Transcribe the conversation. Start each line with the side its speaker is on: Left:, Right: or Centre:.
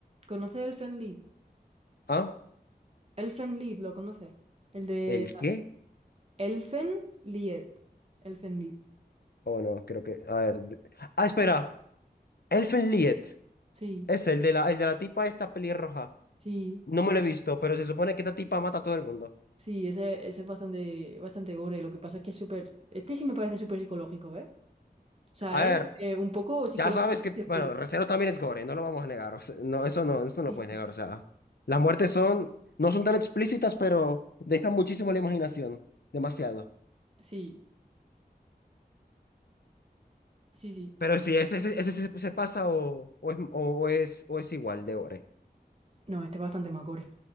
Right: ¿Conoces Elfen Lied?
Left: ¿Ah?
Right: Elfen Lied, ¿lo conoces? El de
Left: ¿El qué?
Right: Elfen Lied. Elfen Lied.
Left: Oh, no, creo que. A ver. de- Ah, espera. Elfen Lied.
Right: Sí,
Left: Es el de la, el de la tipa esta pelirroja.
Right: sí,
Left: No me lo he visto, pero se supone que esta tipa mata a todo el mundo.
Right: sí, ese, ese es bastante, bastante gore. Lo que pasa es que es súper... Este sí me parece súper psicológico, ¿ves? O sea,
Left: A
Right: es
Left: ver.
Right: eh, un poco psicológico
Left: Ya sabes que,
Right: y oscuro.
Left: bueno, Recero también es gore, no lo vamos a negar. o sea, no, eso no, eso no
Right: Sí,
Left: lo puedes negar. O sea, las muertes son, no son tan explícitas, pero dejan muchísimo la imaginación. Demasiado.
Right: sí, sí, sí.
Left: Pero sí, ese, ese, ese se, se pasa o, o es, o, o es, o es igual de gore.
Right: No, este es bastante más gore.